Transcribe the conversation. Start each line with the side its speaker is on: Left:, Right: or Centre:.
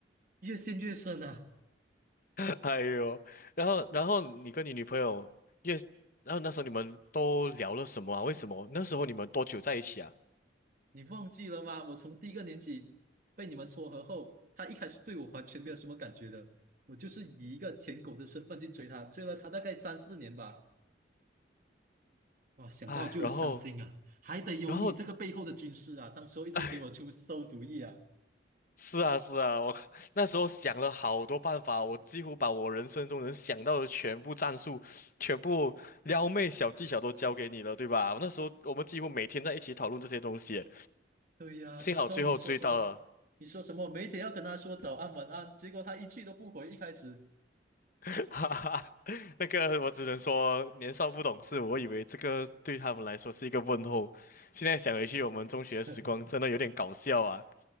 Right: 越陷越深啊！
Left: <laughs> 哎呦，然后然后你跟你女朋友也，然后那时候你们都聊了什么啊？为什么那时候你们多久在一起啊？
Right: 你忘记了吗？我从第一个年级被你们撮合后，他一开始对我完全没有什么感觉的，我就是以一个舔狗的身份去追他，追了他大概三四年吧。哇，想到就伤心啊！
Left: 哎，然后
Right: 还得有你这个背后的军师啊，
Left: 然后
Right: 当时候一直给我出馊主意啊。
Left: <laughs> 是啊是啊，我 <laughs> 那时候想了好多办法，我几乎把我人生中能想到的全部战术、全部撩妹小技巧都教给你了，对吧？那时候我们几乎每天在一起讨论这些东西，
Right: 对呀，
Left: 幸好最后追到了。
Right: 当时候你说什么？你说什么？每天要跟他说早安晚安，结果他一句都不回。一开始，
Left: <laughs> 哈哈，<laughs> 那个我只能说年少不懂事，我以为这个对他们来说是一个问候，现在想回去，我们中学时光真的有点搞笑啊！
Right: <laughs>